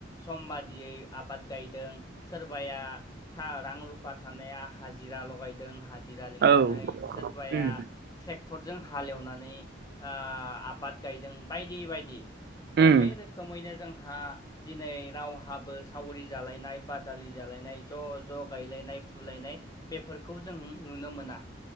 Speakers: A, on the left (about 20°); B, on the right (about 55°).
A: सम बादियै आबाद गायदों सोरबाया था रां रुफा थानाया हाजिरा लगायदों हा जिरा लिंनानै
B: औ उम
A: सोरबाया ट्रेक्टरजों हालेवनानै आ आबाद गायदों। बायदि बायदि दा
B: उम
A: बे रोखोमैनो जोंहा दिनै रावहाबो सावरि जालायनाय बादालि जालायनाय ज' ज' गायलायनाय फुलायनाय बेफोरखौ जों नुनो मोना।